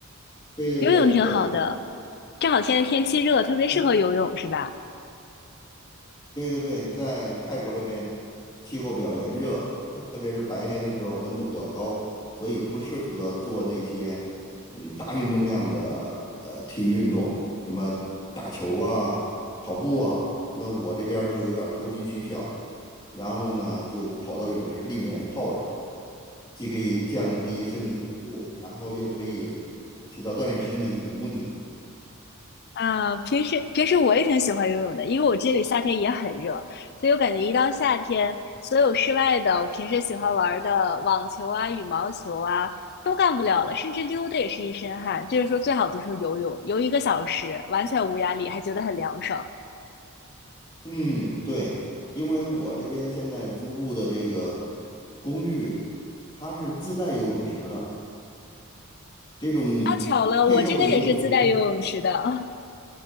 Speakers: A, on the left; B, on the left.
A: 对对对，
B: 游泳挺好的，正好现在天气热，特别适合游泳，
A: 嗯
B: 是吧？
A: 对对对，在泰国这边气候比较炎热，特特别是白天的时候温度比较高，所以不适合做那些嗯大运动量的呃体育运动，什么打球啊、跑步啊。那我这边儿就有点儿投机取巧，然后呢就跑到泳池里面泡着，既可以降低身体的温度，然后又可以起到锻炼身体的目的。
B: 啊，平时平时我也挺喜欢游泳的，因为我这里夏天也很热，所以我感觉一到夏天，所有室外的我平时喜欢玩的网球啊、羽毛球啊都干不了了，甚至溜达也是一身汗。就是说，最好的就是游泳，游一个小时完全无压力，还觉得很凉爽。
A: 嗯，对，因为我这边现在租住的这个公寓，它是自带游泳池的，这种
B: 啊，巧了，
A: 配套的游泳池就，
B: 我这边也是自带游泳池的。<laughs>